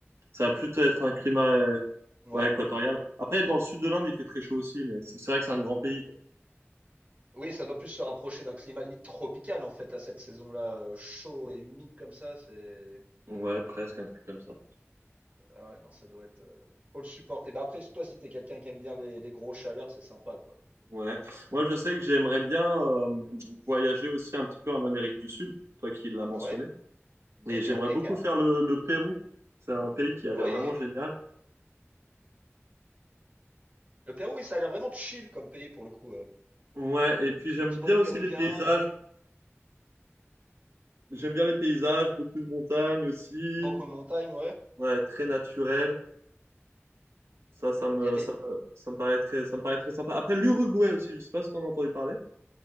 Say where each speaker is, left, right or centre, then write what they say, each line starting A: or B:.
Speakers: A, on the right; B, on the right.
A: Ça va plutôt être un climat euh,
B: Ouais.
A: ouais, équatorial. Après, dans le sud de l'Inde, il fait très chaud aussi, mais c'est c'est vrai que c'est un grand pays, quoi.
B: Oui, ça doit plus se rapprocher d'un climat limite tropical en fait à cette saison-là, heu, chaud et humide comme ça, c'est
A: Ouais, presque un truc comme ça.
B: ah ouais non ça doit être, heu, faut le supporter. Bah, après toi si t'es quelqu'un qui aime bien les les grosses chaleurs, c'est sympa quoi.
A: Ouais. Moi, je sais que j'aimerais bien euh, voyager aussi un petit peu en Amérique du Sud, toi qui l'as mentionné.
B: Ouais, benga
A: Et j'aimerais
B: benga.
A: beaucoup faire le, le Pérou. C'est un pays qui a
B: Oui,
A: l'air vraiment génial.
B: le Pérou, oui, ça a l'air vraiment chill comme pays pour le coup, heu,
A: Ouais, et puis
B: petit
A: j'aime
B: petit
A: bien
B: bonnet
A: aussi
B: péruvien,
A: les paysages.
B: heu,
A: J'aime bien les paysages, beaucoup de montagnes aussi.
B: beaucoup de montagnes, ouais.
A: Ouais, très naturel. Ça, ça me,
B: Il y a des
A: ça me, ça me paraît très, ça me paraît très sympa. Après, l'Uruguay aussi, je sais pas si t'en as entendu parler.